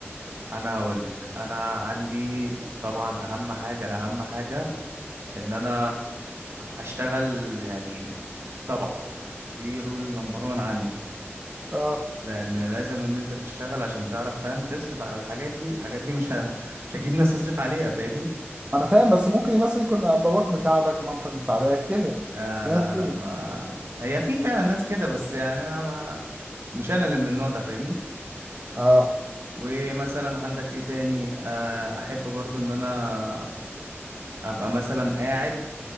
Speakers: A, on the right; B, on the right.
A: انا هقول لك انا عندي طبعا اهم حاجة اهم حاجة ان انا اشتغل يعني طبعا دي رول نمبر وان عندي
B: اه
A: لان لازم ان انت تشتغل عشان تعرف فاهم تصرف على الحاجات دي الحاجات دي مش ه... مش هتجيب ناس تصرف عليها فاهمني
B: انا فاهم بس ممكن مثلا يكون باباك مساعدك مامتك مساعداك كده
A: آه
B: في
A: لا
B: ناس كده
A: لا ما هي في فعلا ناس كده بس يعني انا ما مش انا اللي من النوع ده فاهمني
B: اه
A: ومثلا عندك ايه تاني آه احب برضو ان انا ابقى مثلا قاعد